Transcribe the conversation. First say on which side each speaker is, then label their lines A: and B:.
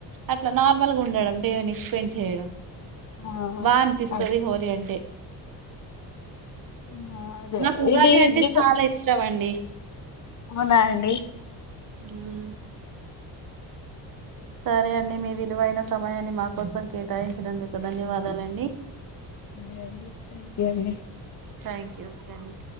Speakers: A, on the right; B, on the left.
A: అట్లా నార్మల్గా ఉండడం. ఏవైనా ఎక్స్ప్లెయిన్ చేయరా.
B: ఆ
A: బా అనిపిస్తది
B: అ
A: హోలీ అంటే.
B: ఆ అదే
A: నాకు ఉగాది
B: ఇది
A: అంటే
B: దివ
A: చాలా ఇష్టమండి.
B: అవునా అండి.
A: మ్మ్ సరే అండి మీ విలువైన సమయాన్ని మా కోసం కేటాయించినందుకు ధన్యవాదాలండి.
B: సరే అండి థ్యాంక్ అండి.
A: థ్యాంక్ యూ ఓకే అండి.